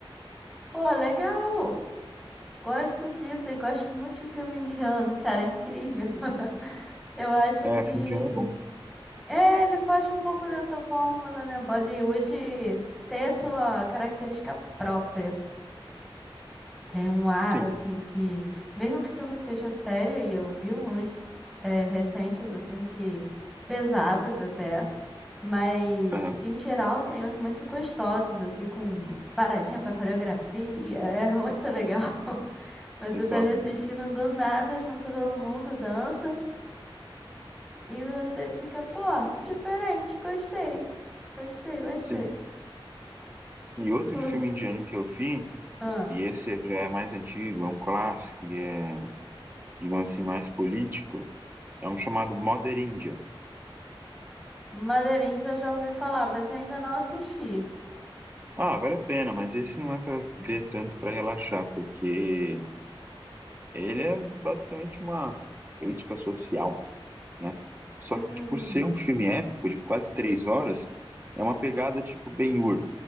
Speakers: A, in the centre; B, on the right.
A: Pô, legal. Gosto disso e gosto muito de filme indiano, cara, é incrível. <laughs> Eu acho
B: É,
A: que.
B: filme de ano é bom.
A: É, ele foge um pouco dessa fórmula, né? Bollywood ter sua característica própria. Tem um ar,
B: Sim,
A: assim, que. Mesmo que o filme seja sério, e eu vi uns eh, recentes, assim, que. Pesados até, mas
B: aham,
A: em geral tem uns muito gostosos, assim, com paradinha pra coreografia, <laughs> é muito legal. <laughs> Mas
B: exato.
A: você tá ali assistindo do nada, junta todo mundo, dança, e você fica, pô, diferente, gostei, gostei bastante.
B: Sim. E outro
A: Inclusive,
B: filme indiano que eu vi,
A: ah,
B: e esse já é mais antigo, é um clássico e é, digamos assim, mais político, é um chamado Mother India.
A: Madeirinha já já ouvi falar, mas ainda não assisti.
B: Ah, vale a pena, mas esse não é para ver tanto para relaxar, porque ele é basicamente uma crítica social, né? Só
A: Hum.
B: que por ser um filme épico de quase três horas, é uma pegada tipo Ben-Hur,